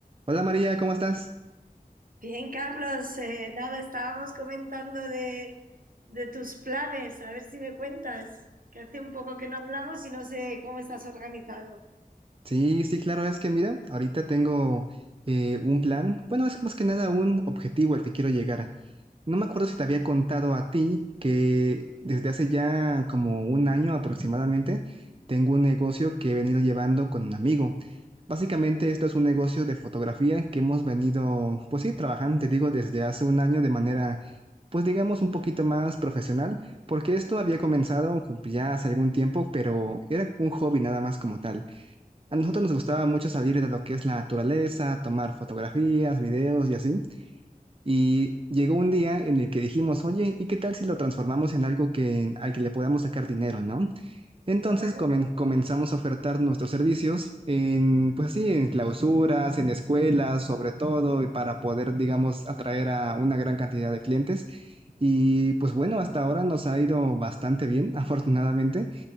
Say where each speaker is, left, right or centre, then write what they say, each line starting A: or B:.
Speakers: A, on the right; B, on the right.
A: Hola María, ¿cómo estás?
B: Bien, Carlos, eh, nada, estábamos comentando de, de tus planes, a ver si me cuentas, que hace un poco que no hablamos y no sé cómo estás organizado.
A: Sí, sí, claro, es que mira, ahorita tengo eh, un plan, bueno, es más que nada un objetivo al que quiero llegar. No me acuerdo si te había contado a ti que desde hace ya como un año aproximadamente tengo un negocio que he venido llevando con un amigo. Básicamente esto es un negocio de fotografía que hemos venido, pues sí, trabajando, te digo, desde hace un año de manera, pues digamos, un poquito más profesional, porque esto había comenzado ya hace algún tiempo, pero era un hobby nada más como tal. A nosotros nos gustaba mucho salir de lo que es la naturaleza, tomar fotografías, videos y así. Y llegó un día en el que dijimos, oye, ¿y qué tal si lo transformamos en algo que, al que le podamos sacar dinero, ¿no? Entonces
B: Qué bueno.
A: comen- comenzamos a ofertar nuestros servicios en, pues sí, en clausuras, en escuelas, sobre todo, y para poder, digamos, atraer a una gran cantidad de clientes. Y pues bueno, hasta ahora nos ha ido bastante bien, <laughs> afortunadamente.